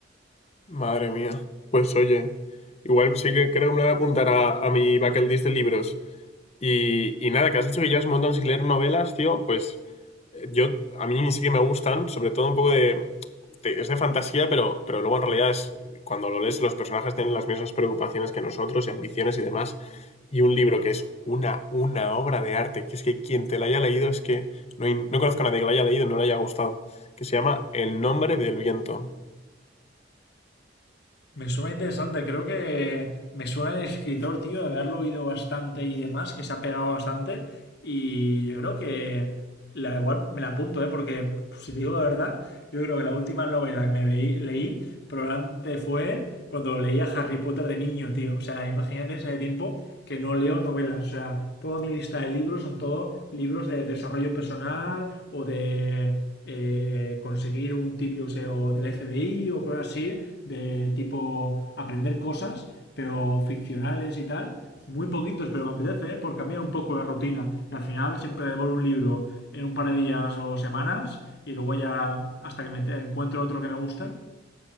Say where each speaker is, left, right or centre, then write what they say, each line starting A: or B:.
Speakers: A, on the left; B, on the left.
A: Madre mía. Pues oye, igual sí que creo que me voy a apuntar a, a mi bucket list de libros. Y, y nada, que has dicho que llevas un montón sin leer novelas, tío, pues eh, yo, a mí sí que me gustan, sobre todo un poco de, de- es de fantasía, pero, pero luego en realidad es, cuando lo lees, los personajes tienen las mismas preocupaciones que nosotros y ambiciones y demás. Y un libro que es una, una obra de arte, que es que quien te la haya leído es que no, hay- no conozco a nadie que la haya leído y no le haya gustado, que se llama El nombre del viento.
B: Me suena interesante, creo que me suena el escritor, tío, de haberlo oído bastante y demás, que se ha pegado bastante. Y yo creo que la igual me la apunto, ¿eh? Porque si te digo la verdad, yo creo que la última novela que me veí- leí probablemente fue cuando leía Harry Potter de niño, tío. O sea, imagínate ese tiempo que no leo novelas. O sea, toda mi lista de libros son todos libros de desarrollo personal o de eh, conseguir un tip, yo sé, o del FBI o cosas así de tipo aprender cosas, pero ficcionales y tal. Muy poquitos, pero me apetece, ¿eh? por cambiar un poco la rutina. Que al final siempre devoro un libro en un par de días o semanas y luego ya hasta que me encuentro otro que me gusta